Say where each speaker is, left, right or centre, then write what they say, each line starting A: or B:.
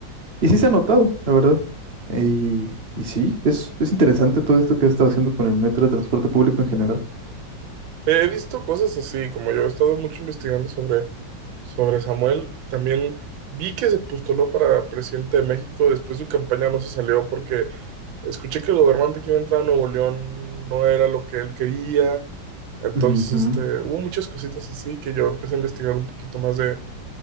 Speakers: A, on the right; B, on the right.
A: y sí se ha notado, la verdad. Y, y sí, es, es interesante todo esto que ha estado haciendo con el metro de transporte público en general.
B: He visto cosas así, como yo he estado mucho investigando sobre, sobre Samuel, también vi que se postuló para presidente de México, después su campaña no se salió porque escuché que el gobernante que iba a entrar a Nuevo León no era lo que él quería, entonces
A: Ujú,
B: este, hubo muchas cositas así que yo empecé a investigar un poquito más de,